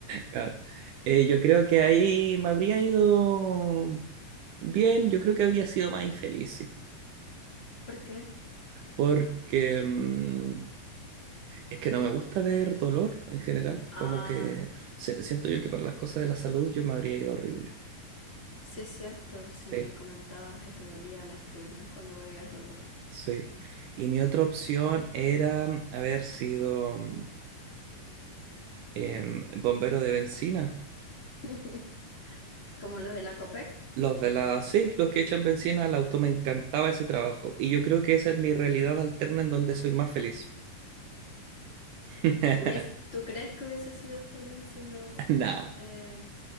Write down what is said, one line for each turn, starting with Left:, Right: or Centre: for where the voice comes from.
Right: Claro. Eh, yo creo que ahí me habría ido Bien, yo creo que habría sido más infeliz, sí,
Left: ¿Por qué?
Right: porque mm, es que no me gusta ver dolor en general,
Left: Ah,
Right: como que se- siento yo que para las cosas de la salud yo me habría ido horrible.
Left: sí es cierto, sí me
Right: Sí,
Left: comentabas que te dolía las piernas cuando veías dolor.
Right: sí. Y mi otra opción era mm, haber sido mm, em, bombero de bencina.
Left: <laughs> Como los de la COPEC.
Right: Los de la, sí, los que echan bencina al auto, me encantaba ese trabajo. Y yo creo que esa es mi realidad alterna en donde soy más feliz. <laughs>
Left: Hubies- ¿tú crees que hubiese sido feliz siendo
Right: Nah.
Left: eh,